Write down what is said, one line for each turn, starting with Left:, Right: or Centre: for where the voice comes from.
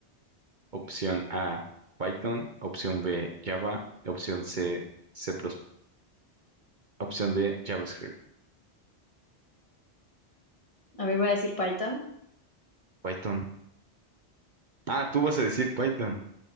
Right: Opción A, Python. Opción B, Java. Opción C, C++. Opción D, JavaScript.
Left: A ver, voy a decir Python.
Right: Python. Ah, tú vas a decir Python.